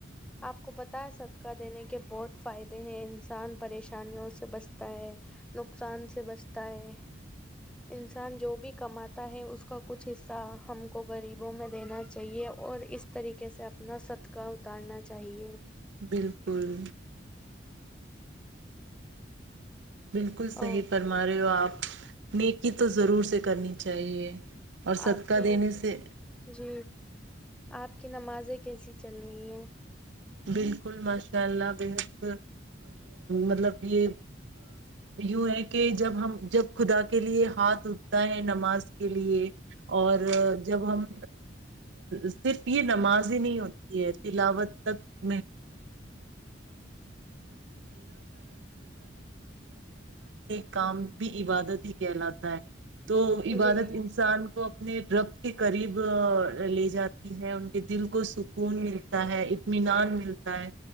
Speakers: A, in the centre; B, on the right.
A: آپ کو پتا ہے صدقہ دینے کے بہت فائدے ہیں انسان پریشانیوں سے بچتا ہے نقصان سے بچتا ہے انسان جو بھی کماتا ہے اس کا کچھ حصہ ہم کو غریبوں میں دینا چاہیے اور اس طریقے سے اپنا صدکا اتارنا چاہیے
B: بالکل
A: <inaudible>
B: بالکل صحیح
A: اور
B: فرما رہے ہو آپ نیکی تو ضرور سے کرنی چاہیے اور صدقہ
A: آپ کی
B: دینے سے
A: جی آپ کہ نمازیں کیسی چل رہی ہیں
B: بالکل ماشاء اللہ بےحد مطلب یہ یوں ہے کہ جب ہم جب خدا کے لیے ہاتھ اٹھتا ہے نماز کے لیے اور جب ہم صرف یہ نماز ہی نہیں ہوتی ہے تلاوت <unintelligible> کام بھی عبادت ہی کہلاتا ہے تو عبادت
A: جی
B: انسان کو اپنے رب کے قریب لے جاتی ہے ان کے دل کو سکون ملتا ہے اطمینان ملتا ہے